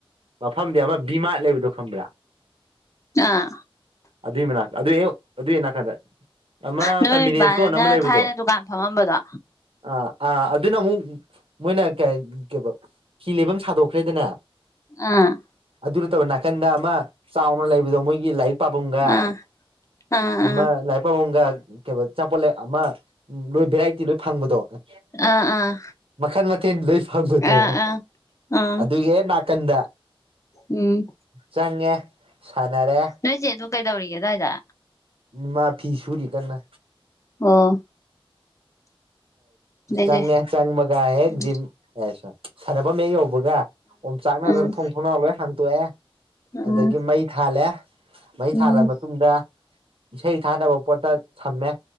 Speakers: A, on the right; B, on the left.
A: ꯃꯐꯝꯗꯤ ꯑꯃ ꯕꯤꯃꯥ ꯂꯩꯕꯗꯣ ꯈꯪꯕ꯭ꯔꯥ
B: ꯑꯥ
A: ꯑꯗꯨꯣ ꯃꯅꯥꯛ ꯑꯗꯨꯢ ꯑꯗꯨꯢ ꯍꯦꯛ ꯅꯒꯥꯟꯗ ꯑꯃ
B: ꯅꯣꯏ
A: ꯀꯟꯚꯤꯅꯤꯟꯁ
B: ꯕꯥꯅ
A: ꯏꯁꯇꯣꯟ ꯑꯃ ꯂꯩꯕꯗꯣ
B: ꯊꯥꯏꯅ ꯗꯨꯀꯥꯟ ꯐꯝꯃꯝꯕꯗꯣ
A: ꯑꯥ ꯑꯥ ꯑꯗꯨꯅ ꯑꯃꯨꯛ ꯃꯣꯏꯅ ꯀ ꯀ ꯍꯤ ꯂꯩꯕꯝ ꯁꯥꯗꯣꯛꯈ꯭ꯔꯦꯗꯅ
B: ꯑ
A: ꯑꯗꯨ ꯅꯠꯇꯕ ꯅꯥꯀꯟꯗ ꯑꯃ ꯆꯥꯎꯅ ꯂꯩꯕꯗꯣ ꯃꯣꯏꯒꯤ ꯂꯥꯏꯔꯤꯛ ꯂꯥꯢꯔꯤꯛ ꯄꯥꯕꯝꯒ
B: ꯑꯥ ꯑꯥ
A: ꯑꯃ
B: ꯑꯥ
A: ꯂꯥꯏꯔꯤꯛ ꯄꯥꯕꯝꯒ ꯀꯩꯕ ꯑꯆꯥꯄꯣꯠ ꯑꯃ ꯂꯣꯏ ꯚꯦꯔꯥꯏꯇꯤ ꯂꯣꯏ ꯐꯪꯕꯗꯣ ꯑꯦ
B: ꯑꯥ ꯑꯥ
A: ꯃꯈꯟ ꯃꯊꯦꯜ ꯂꯣꯏ ꯐꯪꯕꯗꯣ
B: ꯑꯥ ꯑꯥ ꯑꯥ
A: ꯑꯗꯨꯒꯤ ꯍꯦꯛ ꯅꯥꯀꯟꯗ
B: ꯎꯝ
A: ꯆꯪꯉꯦ ꯁꯥꯟꯅꯔꯦ
B: ꯅꯣꯏꯆꯦ ꯗꯣ ꯀꯩꯗꯧꯔꯤꯒꯦ ꯑꯗꯨꯋꯥꯏꯗ
A: ꯃꯥ ꯐꯤ ꯁꯨꯔꯤ ꯀꯟꯅ
B: ꯑꯣ ꯂꯩ
A: ꯆꯪꯉꯦ
B: ꯂꯩ
A: ꯆꯪꯕꯒ ꯍꯦꯛ
B: ꯎꯝ
A: ꯖꯤꯝ ꯁꯥꯟꯅꯐꯝ ꯍꯦꯛ ꯌꯧ ꯕꯒ ꯑꯣꯝꯆꯥꯛꯅꯗꯅ
B: ꯎꯝ
A: ꯊꯣꯡ ꯊꯣꯡꯅꯥꯎ ꯂꯣꯏ ꯍꯥꯡꯇꯣꯛꯑꯦ
B: ꯎꯝ
A: ꯑꯗꯨꯗꯒꯤ ꯃꯩ ꯊꯥꯜꯂꯦ ꯃꯩ
B: ꯎꯝ ꯎꯝ
A: ꯊꯥꯜꯂ ꯃꯇꯨꯡꯗ ꯏꯁꯩ ꯊꯥꯅꯕ ꯄꯣꯠꯇ ꯊꯝꯃꯦ